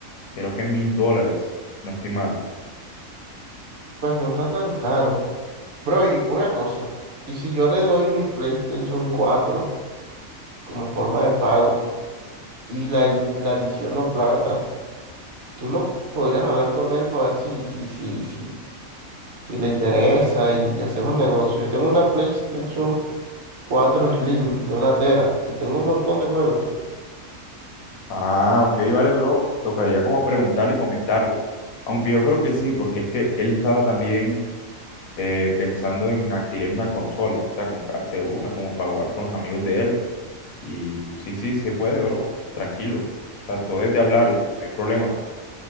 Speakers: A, on the left; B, on the right.
A: creo que mil dólares, no estoy mal.
B: pues no está tan caro. Bro, y una cosa, ¿y si yo le doy mi PlayStation cuatro como forma de pago y la, la adiciono plata, tú no podrías hablar con él para ver si, si, si, si si le interesa y, y hacemos negocio. Yo tengo una PlayStation cuatro Slim de una tera y tengo un montón de juegos.
A: Ah, ok, vale, bro. Tocaría como preguntarle y comentarle. Aunque yo creo que sí, porque es que él estaba también eh, pensando en adquirir una consola, o sea, comprarse una como para jugar con los amigos de él Y sí, sí, se puede, bro. Tranquilo. O sea, todo es de hablar y no hay problema.